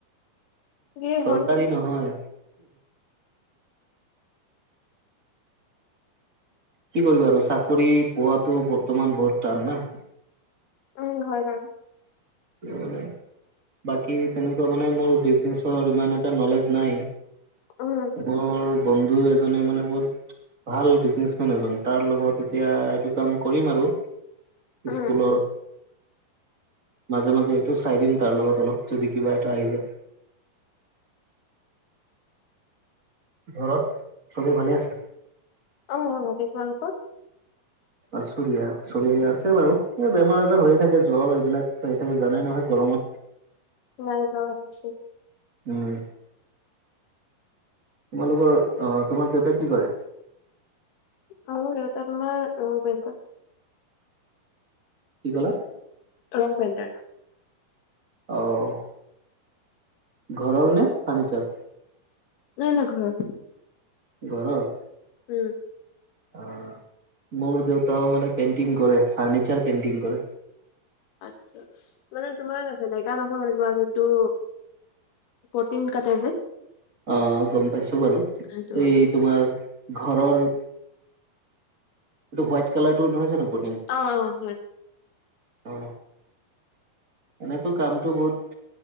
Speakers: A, on the left; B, on the right.
A: যিয়ে
B: চৰকাৰী
A: হ'ল
B: নহয়। কি কৰিবা আৰু চাকৰি পোৱাটো বৰ্তমান বহুত টান না।
A: উম' হয় বাৰু।
B: না-মানে বাকী তেনেকুৱা মানে মোৰ বিজনেচৰ ইমান এটা নলেজ নাই।
A: উম'
B: মোৰ বন্ধু এজনে মানে বহুত ভাল বিজনেছমেন এজন তাৰ লগত এতিয়া এইটো কাম কৰিম আৰু
A: উম
B: স্কুলৰ মাজে মাজে এইটো চাই দিন তাৰল লগ ব তলপ যদি কিবা এটা আহি যায়। ঘৰত চবেই ভালে আছে।
A: অ', ভালে কোৱা তোমালোকৰ।
B: আছু দিয়া চব আছে বাৰু এই বেমাৰ আজাৰ হৈয়ে থাকে জ্বৰ এইবিলাক হৈ থাকে জানাই নহয় গৰমত
A: নাই গাঁও আহিছে
B: উম। তোমালোকৰ অ', তোমাৰ দেউতাই কি কৰে?
A: অ', মোৰ দেউতা তোমাৰ বেংকত
B: কি ক'লা?
A: ৰং পেণ্টাৰ।
B: অ', ঘৰৰ নে ফাৰ্ণিচাৰ।
A: নাই, নাই ঘৰত।
B: ঘৰৰ।
A: উম।
B: অ', মোৰ দেউতাও মানে পেইণ্টিং কৰে ফাৰ্ণিচাৰ পেইণ্টিং কৰে।
A: আচ্ছা মানে তোমাৰছে নেকা নহয় মানে কিবা যোনটো প্ৰটিন কাটাই যে
B: অ', গ'ম পাইছোঁ বাৰু
A: সেইটো
B: এই তোমাৰ ঘৰৰ এইটো হোৱাইট কালাৰটোহয় নপ
A: অ', অ', হয়।
B: অ এনেতো কামটো বহুত